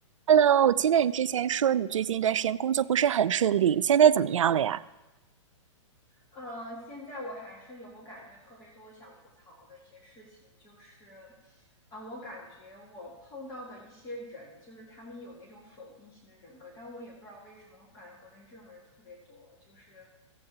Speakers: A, on the right; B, on the left.
A: Hello，我记得你之前说你最近一段时间工作不是很顺利，现在怎么样了呀？
B: 嗯，现在我还是有感觉特别多想吐槽的一些事情，就是，啊、我感觉我碰到的一些人，就是他们有那种否定型的人格，但我也不知道为什么，我感觉国内这种人特别多。就是